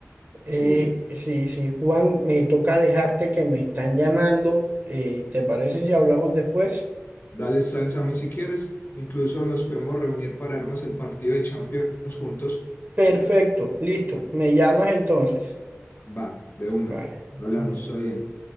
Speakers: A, on the right (about 40°); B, on the left (about 50°).
A: Eh,
B: Sí,
A: sí, sí, Juan, me toca dejarte que me están llamando. Eh, ¿te parece si hablamos después?
B: dale, Sam, Samuel, si quieres. Incluso nos podemos reunir para armar el partido de Champions juntos.
A: Perfecto, listo. Me llamas entonces.
B: Va, de una.
A: Vale,
B: Hablamos,
A: está bien.
B: está bien.